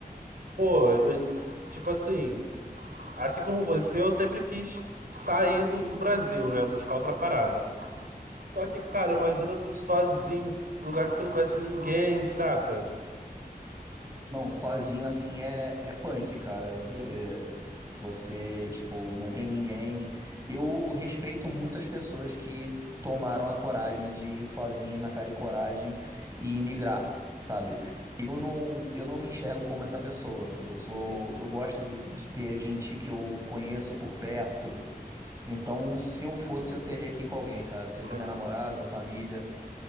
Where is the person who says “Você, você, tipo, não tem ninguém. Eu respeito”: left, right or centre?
Right